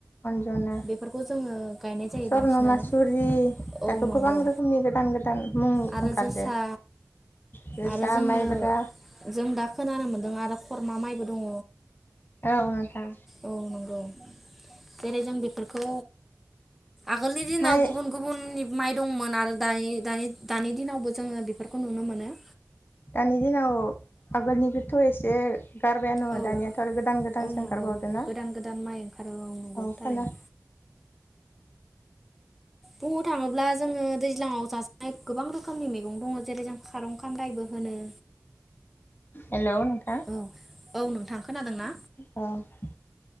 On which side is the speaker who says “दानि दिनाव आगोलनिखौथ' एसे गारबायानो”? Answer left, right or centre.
Left